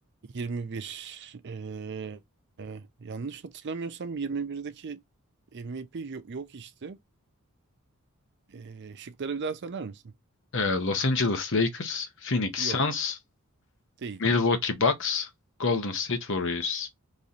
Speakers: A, on the right; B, on the left.
A: 21. Ee, e, e, yanlış hatırlamıyorsam 21'deki MVP yo- yok işte. Ee, şıkları bir daha söyler misin?
B: Ee, Los Angeles Lakers, Phoenix
A: Yok.
B: Suns,
A: Değil.
B: Milwaukee Bucks, Golden State Warriors.